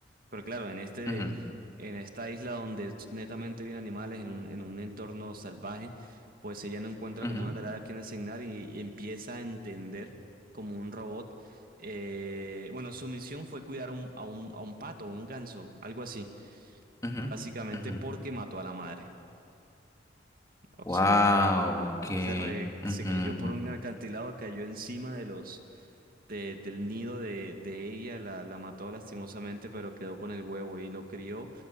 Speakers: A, on the right; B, on the left.
A: Pero claro, en este,
B: ujú,
A: en esta isla donde es netamente viven animales, en un, en un entorno salvaje, pues ella no encuentra
B: ujú,
A: como una tarea a quien asignar y, y empieza a entender como un robot. eh, bueno, su misión fue cuidar a un, a un, a un pato, un ganso, algo así,
B: ujú,
A: básicamente
B: ujú,
A: porque
B: ujú.
A: mató a la madre. O
B: Wow,
A: sea,
B: ok.
A: se, re- se
B: ujú,
A: cayó por un acantilado, cayó encima de los de- del nido de, de ella, la, la mató lastimosamente, pero quedó con el huevo y lo crió